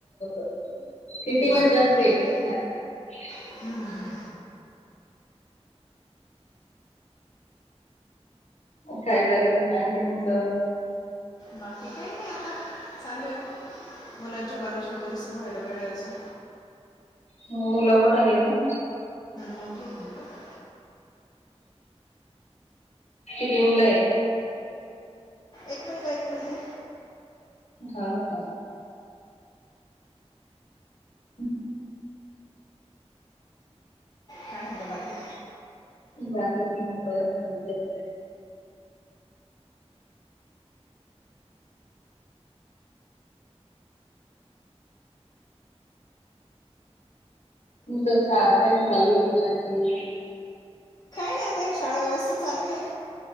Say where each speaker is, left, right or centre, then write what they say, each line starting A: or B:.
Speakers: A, on the left (about 75°); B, on the left (about 35°).
A: <inaudible> सिटी मध्ये
B: बरोबर
A: जास्तये.
B: बरोबर
A: <inaudible>
B: <inaudible>
A: काय चालले मग आणखी तुमचं?
B: बाकी काही नाही आता, चालू आहे. मुलांचे कॉलेज वगैरे सुरू व्हायला वेळ अजून.
A: ह मुलं मोठंलेय का?
B: मोठेत मुलं.
A: <inaudible> किती मुलंय?
B: एक मुलगा एक मुलगी.
A: हा का. हम् <unintelligible>
B: काय म्हणता बाकी?
A: बाकी तुमचं बरं चाललं. तुमचं शाळा कशी चालू आहे मुलांची.
B: नाही काय शाळा व्यवस्थित चालू आहे.